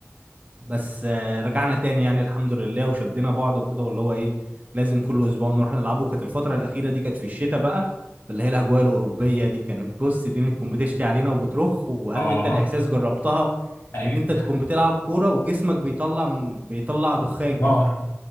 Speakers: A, on the right; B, on the left.
A: بس آه، رجعنا تاني يعني الحمد لله وشدينا بعض وكده واللي هو ايه لازم كل اسبوع نروح نلعبه كانت الفترة الأخيرة دي كانت في الشتاء بقى اللي هي الأجواء الأوروبية دي كانت بص دي تكون بتشتي علينا وبترخ وعارف
B: اه
A: انت الإحساس جربتها
B: ايوه
A: ان انت تكون بتلعب كورة وجسمك بيطلع من بيطلع دخان
B: نار
A: كده